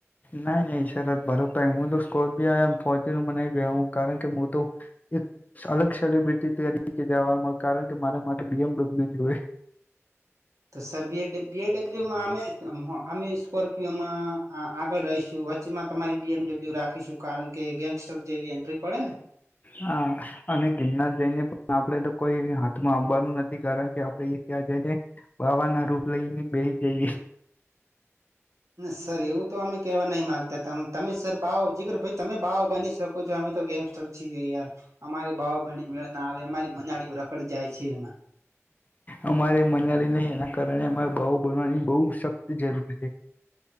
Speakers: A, on the left (about 30°); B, on the right (about 80°).
A: નહી નહી સર બરોપર હું તો સ્કોર્પિયોમ ફોર્ચ્યુનમાં નહી બેહું કારણ કે હું તો એક અલગ સેલિબ્રિટી તરીકે જવાનું કારણ કે મારા માટે બીએમ ડબલ્યુ જોવે
B: તો સર બીએમડબલ્યુમાં અમે અમે સ્કોર્પિયોમાં હા આગળ રહીશું વચ્ચેમાં તમારી બી એમડબલ્યુ રાખીશું કારણ કે ગેંગસ્ટર જેવી એન્ટ્રી પડે ને
A: હા અને ગિરનાર જઈને પણ આપણે તો કોઈ હાથમાં આવાનું નથી કારણ કે આપે એ ત્યાં જઈને બાવા ના રૂપ લઈને બેહી જઈએ
B: સર એવું તો અમે કેવા નહી માંગતા હતા તમે સર બાવા જીગર ભાઈ તમે બાવો બની શકો છો અમે તો ગેંગસ્ટર છીએ યાર અમારી બાવા બણી મેળ ના આવે અમારી મનાળીઓ રખડી જાય છે એમાં
A: અમારે મનિયાની નહી એના કારણે અમારે બાવો બનવાની બહુ શક્તિ જરૂરી છે